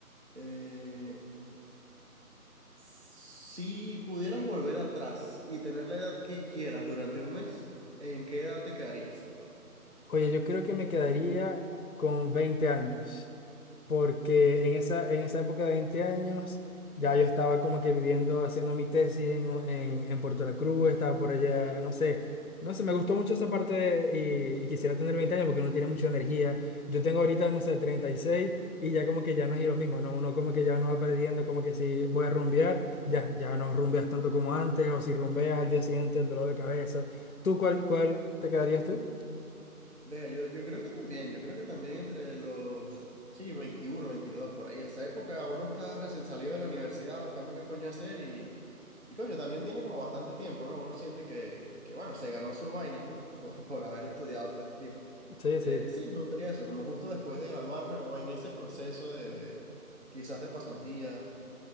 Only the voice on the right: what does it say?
eh, si pudieras volver atrás y tener la edad que quieras durante un mes, ¿en qué edad te quedarías?
Sí,
sí.
Venga, yo, yo creo que también, yo creo que también entre los, sí, 21 22 por ahí, esa época uno está recién salido de la universidad buscando qué coño hacer y, y coño, también tiene como bastante tiempo, ¿no? Uno siente que, que bueno, se ganó sus vainas, ¿no? <laughs> Por, por haber estudiado todo este tiempo.
Eh,
sí, me gustaría eso, como justo después de graduarme o en ese proceso de, de- quizás de pasantía